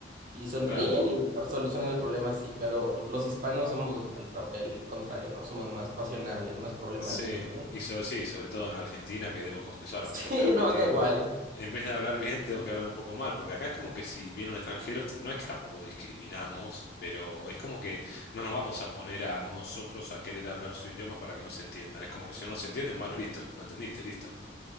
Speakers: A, on the right (about 45°); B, on the left (about 55°).
A: y sonríen
B: claro.
A: y solucionan el problema así, pero los hispanos somos el, al el contrario, ¿no? Somos más pasionales, más problemáticos,
B: Sí,
A: ¿no? <laughs>
B: y sobre, sí, sobre todo en Argentina, que debo confesar,
A: Sí,
B: aunque yo soy argentino,
A: no, acá igual.
B: en vez de hablar bien, tengo que hablar un poco mal, porque acá es como que si viene un extranjero, no es que tampoco discriminamos, pero es como que no nos vamos a poner a nosotros a querer hablar su idioma para que nos entiendan. Es como que si no nos entienden, bueno, listo, no entendiste, listo.